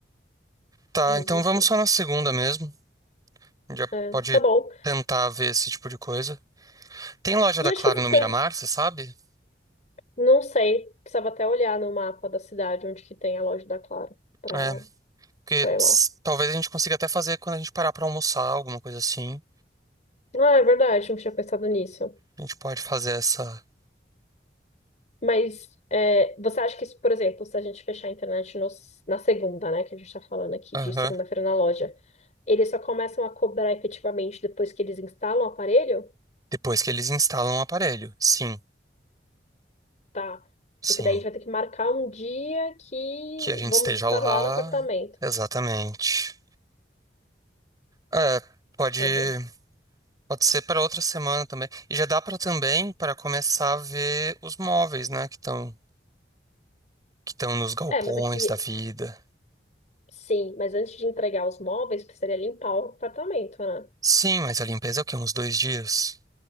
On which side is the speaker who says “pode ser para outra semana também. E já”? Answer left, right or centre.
Right